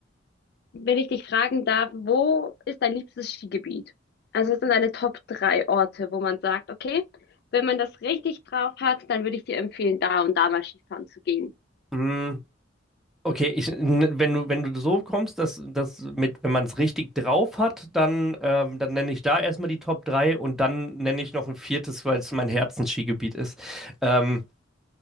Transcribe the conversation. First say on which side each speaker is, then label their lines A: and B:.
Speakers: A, on the left; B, in the centre.
A: Wenn ich dich fragen darf, wo ist dein liebstes Skigebiet? Also, was sind deine Top drei Orte, wo man sagt, okay, wenn man das richtig drauf hat, dann würde ich dir empfehlen, da und da mal Skifahren zu gehen.
B: Mm, Okay, ich, n- wenn du, wenn du so kommst, dass das mit, wenn man es richtig drauf hat, dann, ähm, dann nenne ich da erstmal die Top 3 und dann nenne ich noch ein viertes, weil es mein Herzensskigebiet ist. Ähm,